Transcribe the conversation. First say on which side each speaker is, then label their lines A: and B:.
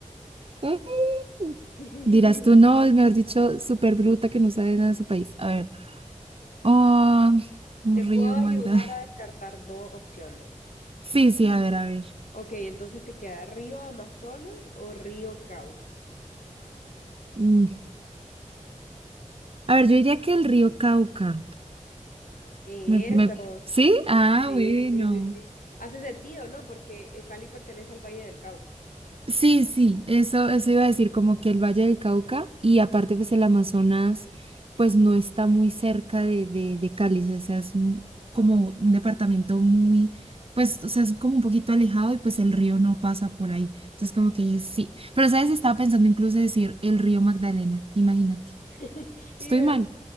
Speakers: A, on the right; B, on the left.
A: <laughs>
B: <laughs>
A: Dirás tú, no, es mejor dicho, súper bruta que no sabe nada de su país. A ver. Oh, un
B: Te puedo
A: río
B: ayudar
A: Magda. <laughs>
B: a descartar dos opciones.
A: Sí, sí, a ver, a ver.
B: Ok, entonces te queda río Amazonas o río Cauca.
A: Mm, A ver, yo diría que el río Cauca.
B: Eso.
A: Me, me... ¿Sí? Ah,
B: Sí,
A: bueno.
B: sí, sí, sí. Hace sentido, ¿no? Porque eh, Cali pertenece al Valle del Cauca.
A: Sí, sí, eso, eso iba a decir, como que el Valle del Cauca y aparte pues el Amazonas pues no está muy cerca de, de, de Cali, o sea, es un- como un departamento muy, pues, o sea, es como un poquito alejado y pues el río no pasa por ahí. Entonces como que sí, pero sabes, estaba pensando incluso decir el río Magdalena, imagínate,
B: <laughs> ¿Y
A: estoy
B: de,
A: mal.